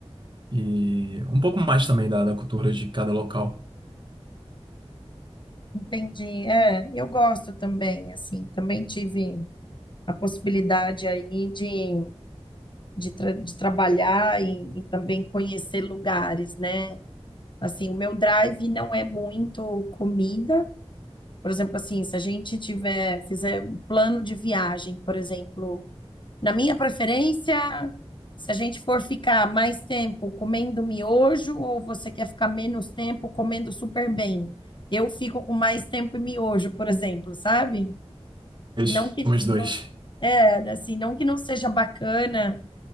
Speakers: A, on the right; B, on the left.
A: E um pouco mais também da, da cultura de cada local.
B: Entendi. É, eu gosto também, assim, também tive a possibilidade aí de. de, tra- de trabalhar e, e também conhecer lugares, né? Assim, o meu drive não é muito comida. Por exemplo, assim, se a gente tiver, fizer um plano de viagem, por exemplo, na minha preferência, se a gente for ficar mais tempo comendo miojo ou você quer ficar menos tempo comendo super bem, eu fico com mais tempo em miojo, por exemplo, sabe?
A: Dois.
B: Não que
A: Somos dois.
B: não, é, assim, não que não seja bacana